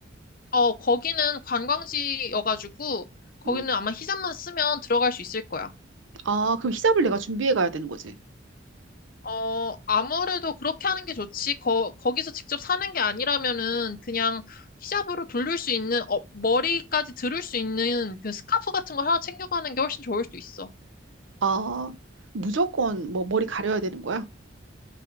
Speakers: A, on the left (about 50°); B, on the right (about 85°).
A: 어, 거기는 관광지여가지고, 거기는
B: 음.
A: 아마 히잡만 쓰면 들어갈 수 있을 거야.
B: 아, 그럼 히잡을 내가 준비해 가야 되는 거지.
A: 어, 아무래도 그렇게 하는 게 좋지. 거, 거기서 직접 사는 게 아니라면은 그냥 히잡으로 돌릴 수 있는, 어, 머리까지 들을 수 있는 그 스카프 같은 걸 하나 챙겨가는 게 훨씬 좋을 수도 있어.
B: 아, 무조건 뭐 머리 가려야 되는 거야?